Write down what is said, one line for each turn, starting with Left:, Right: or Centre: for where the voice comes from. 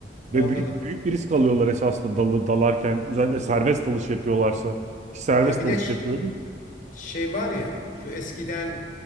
Left: anladım.
Right: Ve büyük büyük bir risk alıyorlar esasında dalı, dalarken. Özellikle serbest dalış yapıyorlarsa. Ki Serbest
Left: Ya bir
Right: dalış
Left: de ş-
Right: yapıyordu.
Left: şey var ya şu eskiden